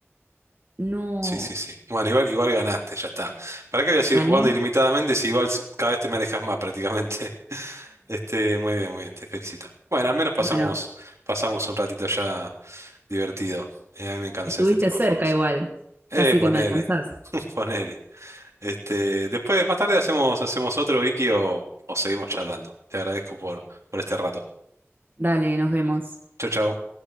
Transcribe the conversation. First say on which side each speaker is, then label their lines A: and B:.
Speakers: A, on the right (about 45°); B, on the right (about 85°).
A: no.
B: Sí, sí, sí. Bueno, igual, igual ganaste, ya está. ¿Para qué voy a seguir
A: ¿Gané?
B: jugando ilimitadamente si igual s- cada vez te me alejas más prácticamente? <laughs> Este, muy bien, muy bien, te felicito. Bueno, al menos pasamos,
A: Bueno,
B: pasamos un ratito ya divertido. Eh, a mí me encanta
A: estuviste
B: hacer este tipo
A: cerca
B: de juegos.
A: igual.
B: Eh,
A: Casi
B: ponele,
A: que me alcanzás.
B: <laughs> ponele. Este, después, más tarde hacemos, hacemos otro, Vicky, o, o seguimos charlando. Te agradezco por, por este rato.
A: Dale, nos vemos.
B: Chau, chau.